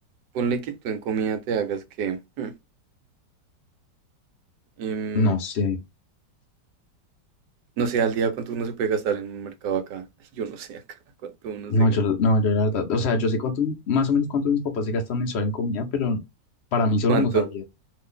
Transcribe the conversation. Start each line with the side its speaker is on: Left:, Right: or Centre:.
Right: Ponle que tú en comida te hagas que, hmm, em,
Left: no sé.
Right: no sé, al día cuánto uno se puede gastar en un mercado acá. <laughs> Yo no sé acá cuánto uno
Left: No,
Right: se gasta.
Left: yo, no, yo la verdad, o sea, yo sé cuánto, más o menos cuánto mis papás se gastan mensual en comida, pero para mí solo
Right: ¿Cuánto?
Left: no sabría.